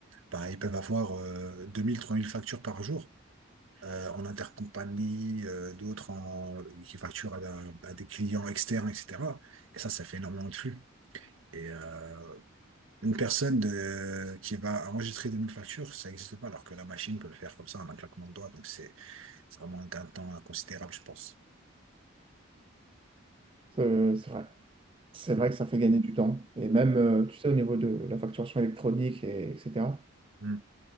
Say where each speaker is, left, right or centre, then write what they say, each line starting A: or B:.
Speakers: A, on the right; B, on the right.
A: bah, ils peuvent avoir euh, deux mille, trois mille factures par jour euh, en intercompagnie, euh, d'autres en- qui facturent à, la- à des clients externes, etc. Et ça, ça fait énormément de flux. Et euh, une personne de, qui va enregistrer 2000 factures, ça n'existe pas, alors que la machine peut le faire comme ça en un claquement de doigts. Donc, c'est c'est vraiment un gain de temps considérable, je pense.
B: Euh, C'est vrai. C'est vrai
A: Ouais.
B: que ça fait gagner du temps. Et même, euh, tu sais, au niveau de la facturation électronique, et, etc.
A: Mm.